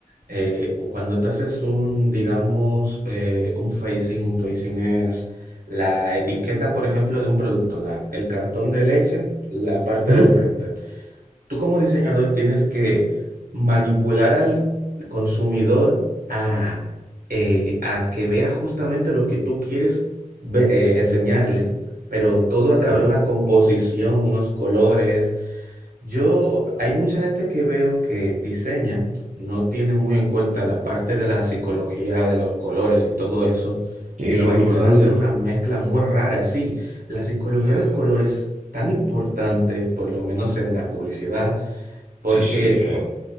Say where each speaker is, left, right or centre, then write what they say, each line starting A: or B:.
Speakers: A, on the right; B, on the right.
A: eh, cuando te haces un, digamos, eh, un facing, un facing es la etiqueta, por ejemplo, de un producto, la- el cartón de leche, la parte
B: ujú.
A: del frente. Tú como diseñador tienes que manipular al consumidor a, eh, a que vea justamente lo que tú quieres ve- eh, enseñarle, pero todo a través
B: Claro.
A: de una composición, unos colores. Yo, hay mucha gente que veo que diseña, no tiene muy en cuenta la parte de la psicología, de los colores y todo eso,
B: Y es
A: y
B: lo
A: empiezan
B: más importante.
A: a hacer una mezcla muy rara así. La psicología
B: Claro.
A: del color es tan importante, por lo menos en la publicidad porque,
B: Sí, sí, es